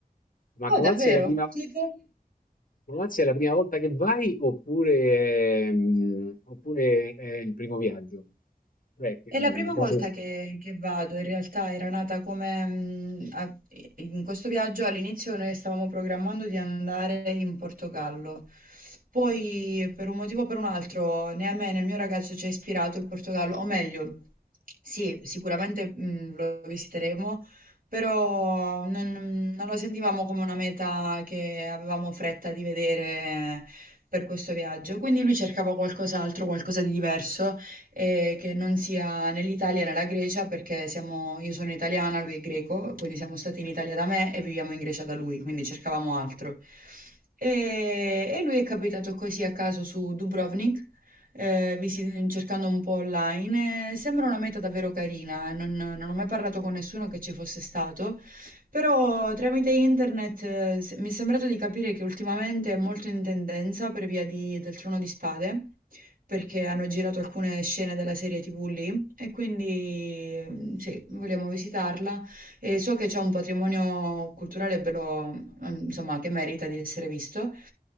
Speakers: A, on the left; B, on the right.
A: Ma
B: Oh,
A: Croazia
B: davvero?
A: è la prima,
B: Tipo?
A: Croazia è la prima volta che vai oppure, è- mm, oppure è il primo viaggio? Beh, che-
B: È
A: mm,
B: la prima
A: già
B: volta
A: sei stato.
B: che, che vado, in realtà era nata come mm, a- in questo viaggio all'inizio noi stavamo programmando di andare in Portogallo, poi per un motivo o per un altro né a me né al mio ragazzo ci ha ispirato il Portogallo, o meglio, sì, sicuramente mm, lo visiteremo, però non, non la sentivamo come una meta che avevamo fretta di vedere per questo viaggio, quindi lui cercava qualcos'altro, qualcosa di diverso e che non sia né l'Italia né la Grecia perché siamo, io sono italiana, lui è greco, quindi siamo stati in Italia da me e viviamo in Grecia da lui, quindi cercavamo altro. E, e lui è capitato così a caso su Dubrovnik, eh, visi- cercando un po' online. e sembra una meta davvero carina, non, non ho mai parlato con nessuno che ci fosse stato, però tramite internet, eh, se- mi è sembrato di capire che ultimamente è molto in tendenza per via di- del Trono di Spade perché hanno girato alcune scene della serie TV lì e quindi mm, sì, vogliamo visitarla e so che c'è un patrimonio culturale bello, mm, insomma, che merita di essere visto.